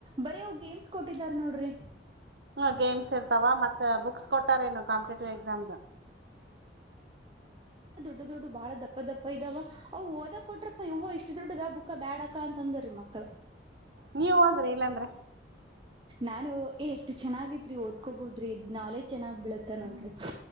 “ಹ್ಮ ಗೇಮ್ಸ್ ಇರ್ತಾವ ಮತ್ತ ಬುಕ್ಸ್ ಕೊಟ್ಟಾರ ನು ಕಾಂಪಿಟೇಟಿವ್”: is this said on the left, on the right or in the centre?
Right